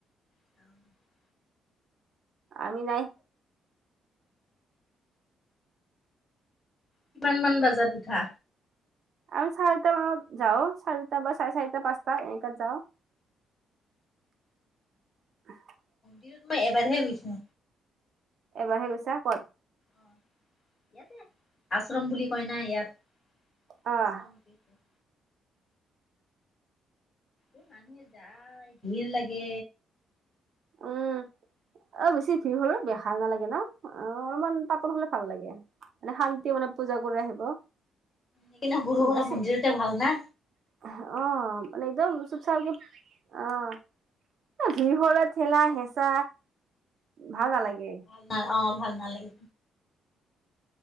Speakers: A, on the left; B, on the right.
A: অ'।
B: আমি নাই।
A: কিমান মান বাজাত উঠা?
B: আমি চাৰিটামানত যাওঁ চাৰেটা বা চাৰেচাৰিটা, পাঁচটা এনেকাত যাওঁ। <unintelligible>
A: দিনত মই এবাৰহে গৈছো।
B: এবাৰহে গৈছা ক'ত?
A: অ' ইয়াতেই আশ্ৰম বুলি কয় না ইয়াত,
B: আহ
A: আশ্ৰমৰ <unintelligible> এই মানুহে যাই, ভিৰ লাগে।
B: উম অ' বেছি ভিৰ হ'লে বেহাৰ নালাগে ন, আ' অলপমান পাতল হ'লে ভাল লাগে। মানে শান্তিমনে পূজা কৰি আহিব।
A: সেই কিনে সৰু সুৰা
B: বেছি
A: মন্দিৰতে ভাল না।
B: অ' মানে একদম চুব <unintelligible> নালাগে। অ' ভিৰ হলে ঠেলা হেঁচা ভাল নালাগে।
A: <unintelligible> অ' ভাল নালাগে।